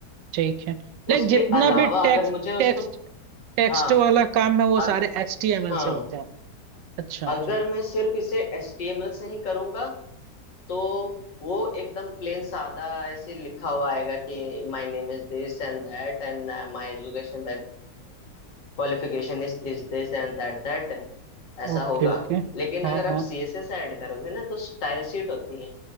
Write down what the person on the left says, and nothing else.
उसके
अलावा
अगर मुझे उसको
हाँ
अग,
हाँ
अगर
मैं सिर्फ इसे एचटीएमएल से ही करूंगा तो वो एकदम प्लेन सादा ऐसे लिखा हुआ आएगा कि my name is this and that and my education qualification is this this and that that ऐसा
होगा
लेकिन
अगर आप
सीएसएस ऐड करोगे ना तो स्टाइल शीट होती है